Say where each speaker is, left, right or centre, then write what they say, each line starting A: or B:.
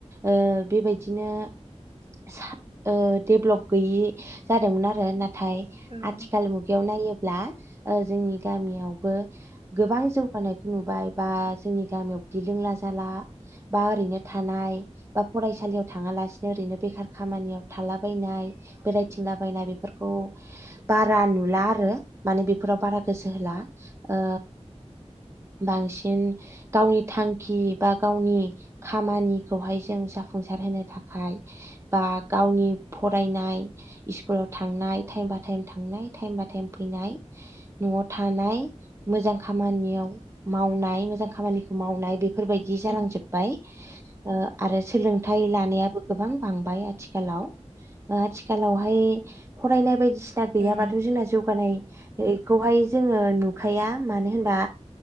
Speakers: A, on the right; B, on the right.
A: ओ बेबायदिनो सा ओ देभ्लप गैयि जादोंमोन आरो ना थाय
B: ओं
A: आथिखाल मु बेयाव नायोब्ला ओ जोंनि गामियावबो गोबां जौगानायखौ नुबाय बा जोंनि गामियाव बिदि लोंला जाला बा ओरैनो थानाय बा फरायसालियाव थाङालासिनो ओरैनो बेखार खामानियाव थालाबायनाय बेरायथिंला बायनाय बेफोरखौ बारा नुला आरो माने बेफोराव बारा गोसो होला ओ बांसिन गावनि थांखि बा गावनि खामानिखौहाय जों जाफुंसार होनो थाखाय बा गावनि फरायनाय इस्कुलाव थांनाय टाइम बा टाइम थांनाय टाइम बा टाइम फैनाय न'आव थानाय मोजां खामानियाव मावनाय मोजां खामानिखौ मावनाय बे फोरबायदि जालांजोब्बाय।
B: उम
A: ओ आरो सोलोंथाइ लानायाबो गोबां बां बाय आथिखालाव ओ आथिखालावहाय फरायनाय बायदि सिना गैयाबाथ'
B: ओं
A: जोंना जौगानायखौहाय जोङो नुखाया मानो होनबा